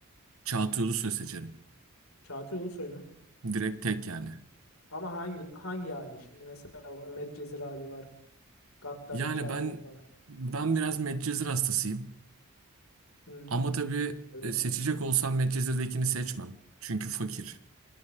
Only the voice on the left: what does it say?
Çağatay Ulusoy mu?
Ama hangi hangi hali? Şimdi mesela o Medcezir hali var. Gaddar
içeride
falan.
Hı,
evet.